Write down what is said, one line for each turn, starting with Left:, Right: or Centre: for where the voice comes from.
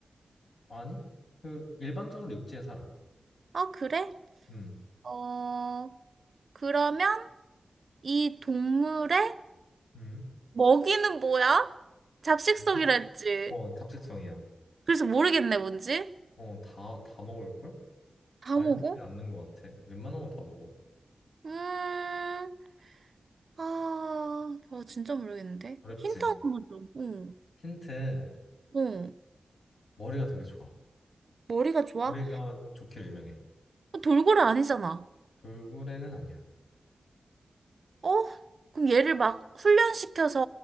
Left: 아니? 그, 일반적으로 육지에 살아.
Right: 어, 그래?
Left: 음,
Right: 어, 그러면 이 동물의
Left: 음.
Right: 먹이는 뭐야? 잡식성이라
Left: 뭐지?
Right: 했지.
Left: 어, 잡식성이야.
Right: 그래서 모르겠네, 뭔지.
Left: 어, 다, 다 먹을걸?
Right: 다
Left: 가리지
Right: 먹어?
Left: 않는 것 같아. 웬만한 건 다 먹어.
Right: 음, 아, 나 진짜 모르겠는데.
Left: 어렵지?
Right: 힌트 하나만 줘. 응,
Left: 힌트,
Right: 응.
Left: 머리가 되게 좋아.
Right: 머리가 좋아?
Left: 머리가 좋기로 유명해.
Right: 어, 돌고래 아니잖아.
Left: 돌고래는 아니야.
Right: 어? 그럼 얘를 막 훈련시켜서